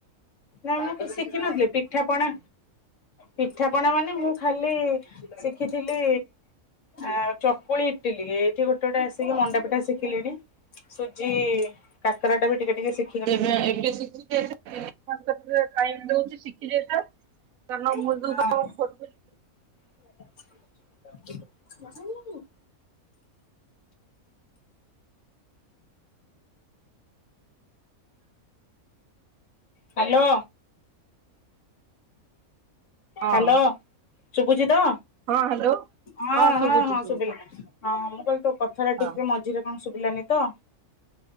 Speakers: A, on the left; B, on the right.
A: ନାଁ ମୁଁ କିଛି ଶିଖିିନଥିଲି ପିଠାପଣା ପିଠାପଣା ମାନେ ମୁଁ ଖାଲି ଶିଖିଥିଲି? ଆ ଚକୁଳି ଇଟିଲି ଏଇଠି ଗୋଟେ ଗୋଟେ ଆସିକି ମଣ୍ଡା ପିଠା ଶିଖିଲିଣି। ସୁଜି କାକରାଟା ବି ଟିକେ ଟିକେ ସି
B: <unintelligible> ତାଙ୍କୁ କେତିଟା ଟାଇମ୍ ଦୋଉଚି ଶିଖି ଯାତା। <unintelligible>
A: ହଁ <inaudible> ହ୍ୟାଲୋ।
B: ହଁ
A: ହ୍ୟାଲୋ ଶୁଭୁଛି ତ
B: ହଁ ହ୍ୟାଲୋ
A: ହଁ
B: ଶୁଭୁଛି
A: ହଁ ହଁ
B: ଶୁଭୁଛି
A: ଶୁଭିଲା। ହଁ ମୁଁ କହିଲି ତୋ କଥା ଟା
B: ହଁ।
A: ଠିକ୍ ସେ ମା ଆଜିରେ କଣ ଶୁଭିଲାନି ତ